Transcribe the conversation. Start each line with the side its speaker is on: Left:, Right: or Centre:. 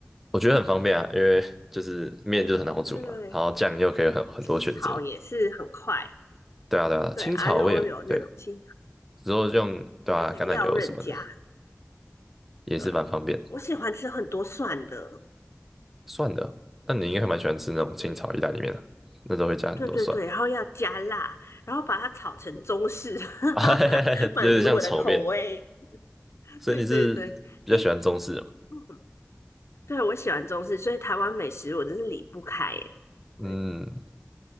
Centre: 我觉得很方便啊，因为就是面就是很好煮嘛，
Left: 对对对，
Centre: 然后酱又可以很很多选择。
Left: 清炒也是很快，
Centre: 对啊，对啊，
Left: 对
Centre: 青草我也对，
Left: a 六 l 六那种清炒，
Centre: 之后就用对啊，
Left: 而且料任加。
Centre: 橄榄油什么的也是蛮方便的。
Left: 对，我喜欢吃很多蒜的。
Centre: 蒜的，那你应该还蛮喜欢吃那种清炒意大利面的，
Left: 嗯，
Centre: 那时候会加很多蒜，
Left: 对对对，然后要加辣，然后把它炒成中式，<laughs>
Centre: <laughs> 啊，哈哈哈，有点像炒面。
Left: 满足我的口味。<laughs>
Centre: 所以你是比较喜欢中式的吗
Left: 对对对，哎，嗯对，我喜欢中式，所以台湾美食我真是离不开哎。
Centre: 嗯，
Left: 对，